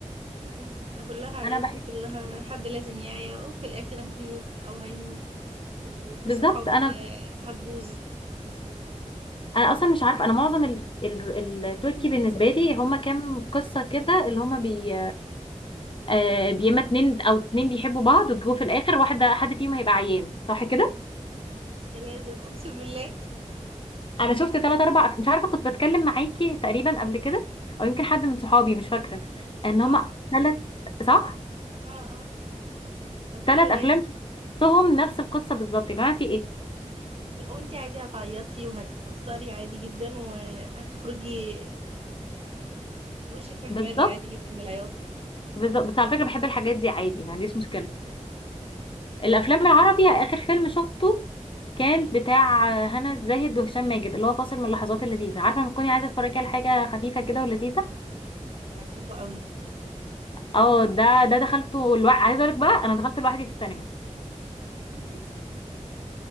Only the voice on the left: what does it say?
انا بحب
بالظبط
انا
انا اصلا مش عارفه انا معظم ال... ال... التركي بالنسبه لي هما كام قصه كده اللي هما بي آه بيما اتنين او اتنين بيحبوا بعض وجو في الاخر واحده حد فيهم هيبقى عيان صح كده
انا شفت تلات اربع أف- مش عارفه كنت بتكلم معاكي تقريبا قبل كده او يمكن حد من صحابي مش فاكره ان
هما تلات صح
تلات
افلام شفتهم نفس القصه بالظبط يا جماعه في ايه
بالظبط
بالظبط بس على فكرة بحب الحاجات دي عادي ما عنديش مشكلة الأفلام العربي آخر فيلم شفته كان بتاع هنا الزاهد وهشام ماجد اللي هو فاصل من اللحظات اللذيذة عارفة لما تكوني عايزة تتفرجي على حاجة خفيفة كده ولذيذة
اه ده ده دخلته الوا... عايزة أقولك بقى أنا دخلت لوحدي في السينما